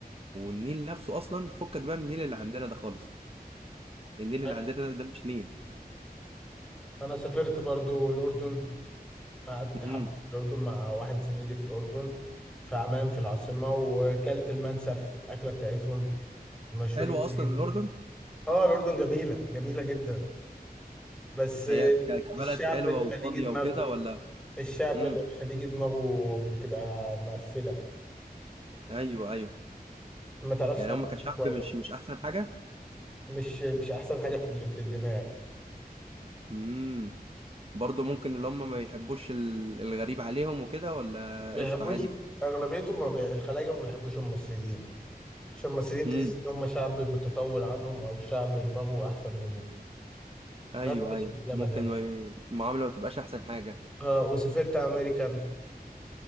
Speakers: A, on the right; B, in the centre.
A: والنيل نفسه اصلا فكك بقى من النيل اللي عندنا ده خالص النيل
B: أيوة.
A: اللي عندنا ده مش نيل
B: انا سافرت برضو الاردن قعدت
A: امم
B: حب الاردن مع واحد زميلي في الاردن في عمان في العاصمه وكلت المنسف الاكله بتاعتهم مشهورين
A: حلو
B: بيها
A: اصلا
B: جدا
A: الاردن
B: اه الاردن جميله جميله جدا بس
A: هي
B: آه،
A: ك- كبلد
B: الشعب
A: حلوة
B: الخليجي
A: وفاضية
B: دماغه
A: وكده ولا
B: الشعب
A: امم
B: الخليجي دماغه بتبقى مقفلة
A: ايوه ايوه
B: ما تعرفش
A: يعني
B: تعمل
A: هم كشعب
B: كويس
A: مش مش احسن حاجة
B: مش مش أحسن حاجة في ال- في الدماغ
A: امم برضه ممكن اللي هم ما يحبوش ال- الغريب عليهم وكده ولا
B: بيحبوش
A: قشطة عادي
B: أغلبيتهم ما بي... الخلايجة ما بيحبوش المصريين عشان المصريين
A: امم
B: تحس إن هم شعب متطور عنهم أو شعب دماغه أحسن منهم
A: ايوه
B: ناس بتعيش
A: ايوه
B: في الجبل
A: ممكن
B: يعني
A: ما ي- المعاملة ما تبقاش احسن حاجة
B: آه وسافرت أمريكان